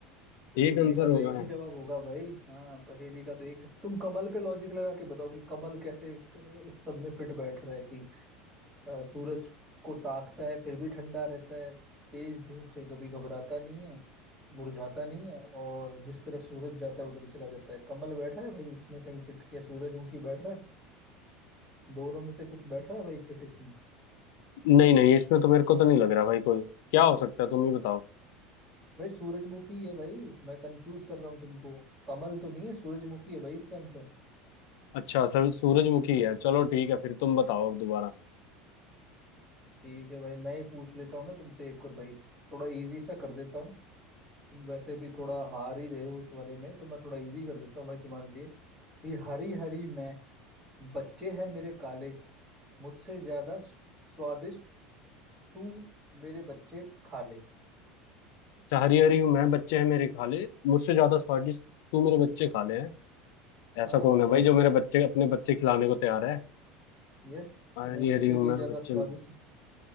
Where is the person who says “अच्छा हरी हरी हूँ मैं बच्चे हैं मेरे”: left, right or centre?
Left